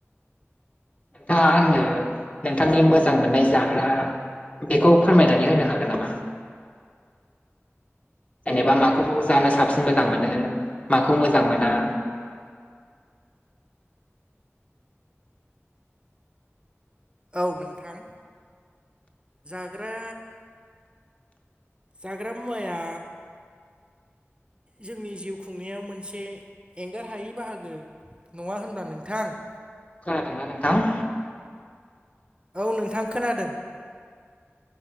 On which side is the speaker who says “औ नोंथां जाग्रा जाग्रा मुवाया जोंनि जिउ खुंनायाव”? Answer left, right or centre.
Right